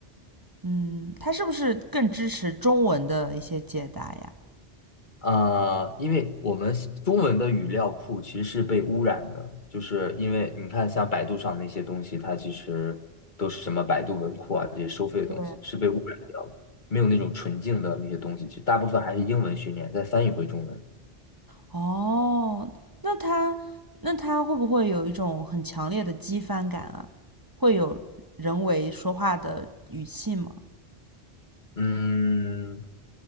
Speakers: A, on the right; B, on the left.
A: 嗯，它是不是更支持中文的一些解答呀？
B: 啊！因为我们西中文的语料库其实是被污染的，就是因为你看，像百度上那些东西，它其实都是什么百度文库啊这些收费的东西，
A: 对，
B: 是被污染掉的，没有那种纯净的那些东西。其实大部分还是英文训练，再翻译回中文。
A: 哦，那它那它会不会有一种很强烈的机翻感啊？会有人为说话的语气吗？
B: 嗯，